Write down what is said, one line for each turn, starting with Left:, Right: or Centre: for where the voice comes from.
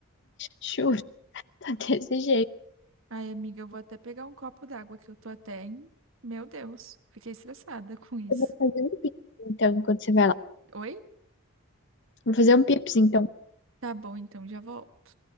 Left: Chu. <laughs> Tá desse jeito.
Right: Ai, amiga, eu vou até pegar um copo d'água que eu tô até em. Meu Deus, fiquei estressada <laughs> com isso.
Left: Eu vou fazer um pips, então, enquanto você vai lá.
Right: Oi?
Left: Vou fazer um pips, então.
Right: Tá bom, então já volto.